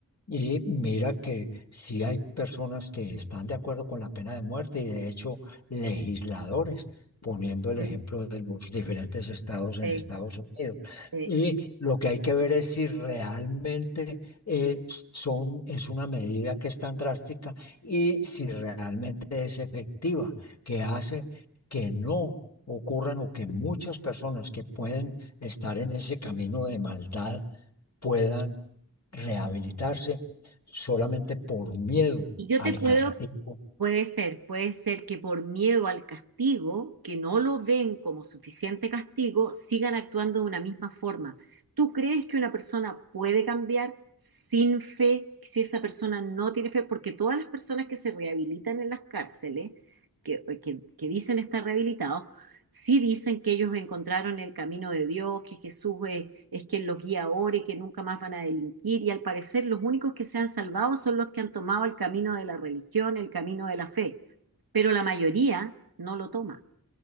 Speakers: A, on the left; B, on the right.
A: y mira que sí hay personas que están de acuerdo con la pena de muerte y de hecho legisladores poniendo el
B: Mm,
A: ejemplo de los diferentes estados en
B: sí,
A: Estados Unidos.
B: sí.
A: Y lo que hay que ver es si realmente eh, son, es una medida que es tan drástica y si realmente es efectiva, que hace que no ocurran o que muchas personas que pueden estar en ese camino de maldad puedan rehabilitarse solamente por miedo
B: Y yo
A: al
B: te puedo
A: castigo
B: Puede ser, puede ser que por miedo al castigo, que no lo ven como suficiente castigo, sigan actuando de una misma forma. ¿Tú crees que una persona puede cambiar sin fe si esa persona no tiene fe? Porque todas las personas que se rehabilitan en las cárceles, que, que- que dicen estar rehabilitados, sí dicen que ellos encontraron el camino de Dios, que Jesús es, es quien los guía ahora y que nunca más van a delinquir. Y al parecer los únicos que se han salvado son los que han tomado el camino de la religión, el camino de la fe. Pero la mayoría no lo toma.